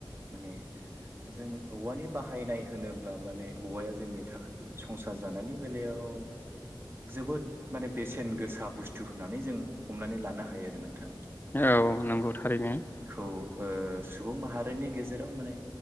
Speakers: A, on the right (about 25°); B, on the left (about 25°).
A: माने जों औवानि बाहायनाय होनोब्ला माने औवाया जोंनि थाखाय संसार जानायनि बेलायाव जोबोद माने बेसेन गोसा बुस्थु होननानै जों हमनानै लानो हायो आरो नोंथां।
B: औ नंगौ थारैनो।
A: गु ओ सुबुं माहारिनि गेजेराव माने